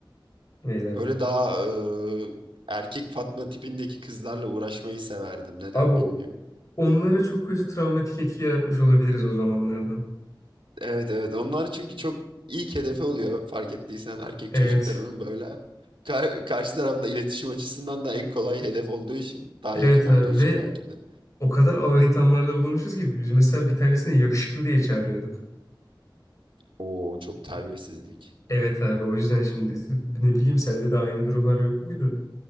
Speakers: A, on the left; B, on the right.
A: Ne derler?
B: Böyle daha e, erkek Fatma tipindeki kızlarla uğraşmayı severdim. Neden
A: Abi
B: bilmiyorum.
A: onlara çok kötü travmatik etki yaratmış olabiliriz o zamanlardan.
B: Evet evet onlar çünkü çok ilk hedefi oluyor fark ettiysen erkek
A: Evet.
B: çocuklarının böyle. Ka- karşı tarafla iletişim açısından da en kolay hedef olduğu için daha
A: Evet
B: yakın olduğu
A: abi
B: için
A: ve
B: belki de.
A: o kadar ağır ithamlarda bulunmuşuz ki biz mesela bir tanesini yakışıklı diye çağırıyorduk.
B: Oo çok terbiyesizlik.
A: Evet abi o yüzden şimdi ne bileyim sende de aynı durumlar yok muydu?